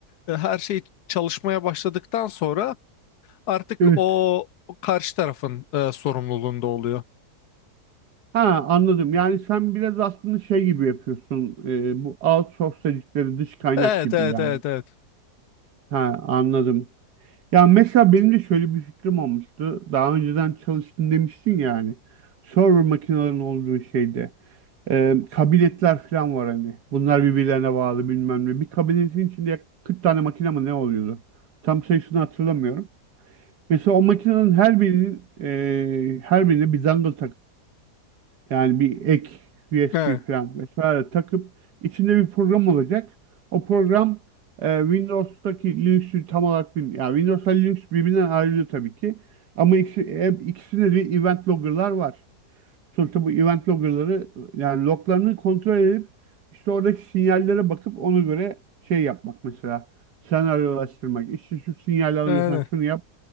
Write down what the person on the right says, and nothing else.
hı.
Ha anladım. Yani sen biraz aslında şey gibi yapıyorsun. e, bu outsource dedikleri dış kaynak
gibi
yani.
Ha anladım. Ya mesela benim de şöyle bir fikrim olmuştu. Daha önceden çalıştım demiştin yani. Server makinelerin olduğu şeyde. E, kabiletler falan var hani. Bunlar birbirlerine bağlı bilmem ne. Bir kabiletin içinde yaklaşık 40 tane makine mi ne oluyordu? Tam sayısını hatırlamıyorum. Mesela o makinenin her birinin e, her birine bir dangle Yani bir ek USB
falan vesaire takıp içinde bir program olacak. O program e, Windows'taki Linux'ü tam olarak bilmiyor. Yani Windows'la Linux birbirinden ayrılıyor tabii ki. Ama ikisi, e, ikisinde de event logger'lar var. Sonuçta bu event logger'ları yani loglarını kontrol edip işte oradaki sinyallere bakıp ona göre şey yapmak mesela. Senaryolaştırmak. İşte şu sinyal alıyorsan
şunu yap.